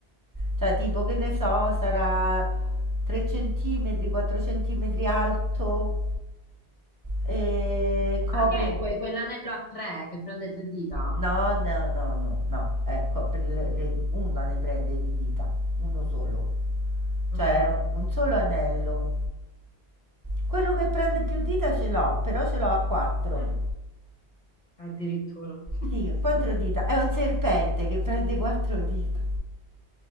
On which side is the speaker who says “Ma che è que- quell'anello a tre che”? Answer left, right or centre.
Left